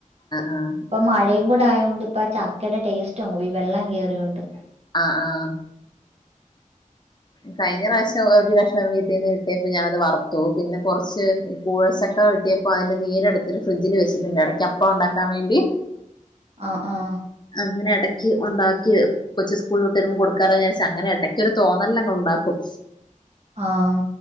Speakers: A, on the left; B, on the right.
A: ആഹ്
B: ഇപ്പൊ മഴേം കൂടെ ആയോണ്ട് പ്പൊ ആ ചക്കേടെ ടേസ്റ്റ് അങ്ങ് പേയി വെള്ളം കേറിയോണ്ട്.
A: ആഹ് ആഹ് കഴിഞ്ഞ റാശം ഒരു കഷ്ണം വീട്ടീന്ന് കിട്ടിയപ്പോ ഞാനത് വറുത്തു. പിന്നെ കൊർച്ച്. പൂളച്ചക്ക വെട്ടിയപ്പോ അയിന്റെ നീരെടുത്തിട്ട് ഫ്രിഡ്ജിൽ വെച്ചിട്ടുണ്ട്. ഇടക്ക് അപ്പം ണ്ടാക്കാൻ വേണ്ടി.
B: ആ ആഹ്.
A: അങ്ങനെ എടക്ക് ഉണ്ടാക്കി കൊച്ച് സ്കൂൾ വിട്ട് വരുമ്പോൾ കൊടുക്കാലോ വിചാരിച്ച് അങ്ങന ഇടക്കൊരു തോന്ന നെല്ലക്ക ഉണ്ടാക്കും.
B: ആഹ്.